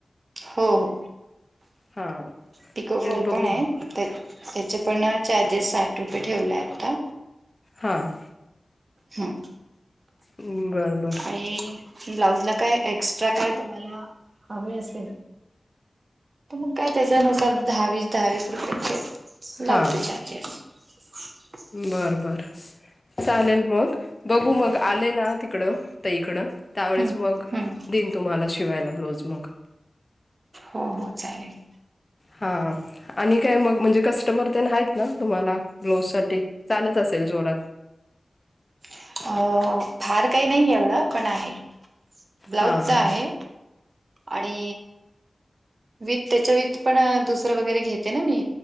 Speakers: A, on the right (about 60°); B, on the left (about 35°).
A: हो हो
B: हां
A: पिको
B: तेच
A: फॉल
B: बघू
A: पण आहे. तर त्याचेपण चार्जेस साठ रुपये ठेवले आहे आत्ता.
B: हां.
A: हम्म.
B: हम्म बरं बरं.
A: ते ब्लाउजला काय एक्स्ट्रा काय, तुम्हाला हवे असेल तर मग काय त्याच्यानुसार दहा वीस दहा वीस रुपयचे लावते
B: हां
A: चार्जेस. <inaudible>
B: बर बर. चालेल मग, बघू मग आले ना तिकडं ताईकडं त्यावेळेस
A: हम्म
B: मग,
A: हम्म
B: दिन तुम्हाला शिवायला ब्लाउज मग.
A: हो हो चालेल.
B: हा हा. आणि काय मग, म्हणजे कस्टमर तेन आहेत ना, तुम्हाला ब्लाऊजसाठी चालत असेल जोरात?
A: अ फार काही नाही एवढं, पण आहे. ब्लाउजच
B: हां हां
A: आहे आणि विथ त्याच्या विथपण दुसरं वगैरे घेते ना मी,